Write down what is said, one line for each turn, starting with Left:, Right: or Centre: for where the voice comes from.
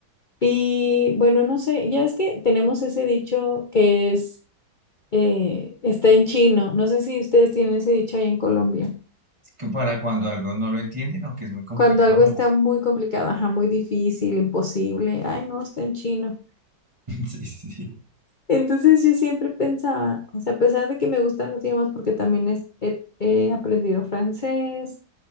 Left: Y bueno, no sé, ya es que tenemos ese dicho que es, eh, está en chino. No sé si ustedes tienen ese dicho ahí en Colombia.
Right: Que para cuando algo no lo entienden o que es muy complicado.
Left: Cuando algo está
Right: algo. <laughs>
Left: muy complicado, ajá, muy difícil, imposible, ay, no, está en chino.
Right: Sí, sí, sí.
Left: Entonces yo siempre pensaba, o sea, a pesar de que me gustan los idiomas, porque también es- he, he aprendido francés,